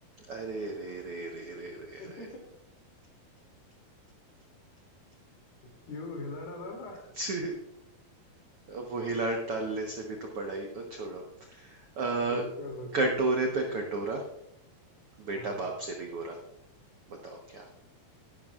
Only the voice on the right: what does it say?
अरे रे रे रे रे रे
रे <laughs>
छी, अब वो हिला डालने से भी तो बड़ा ही और छोड़ो अ,
कटोरे पे कटोरा बेटा
बाप से भी गोरा बताओ क्या